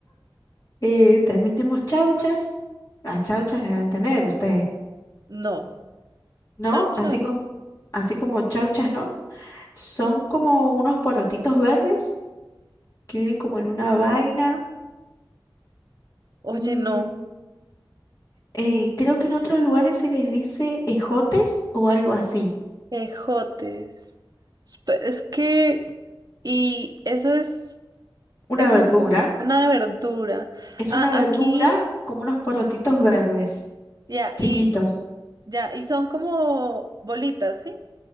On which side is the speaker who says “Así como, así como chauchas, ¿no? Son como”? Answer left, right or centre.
Left